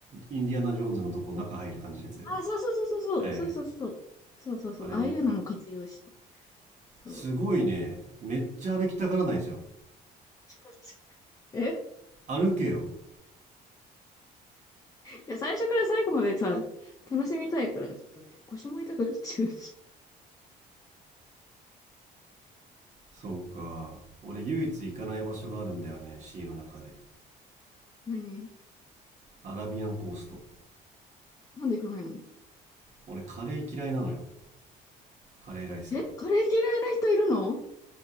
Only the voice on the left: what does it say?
あ、そうそうそうそうそう、
そうそうそう。そうそうそう、
ああいうのも活用した。そう。
<laughs> え
いや、最初から最後までさ、楽しみたいから、ちょっとね、腰も痛くなっちゃうし。
何
なんで行かないの
えカレー嫌いな人いるの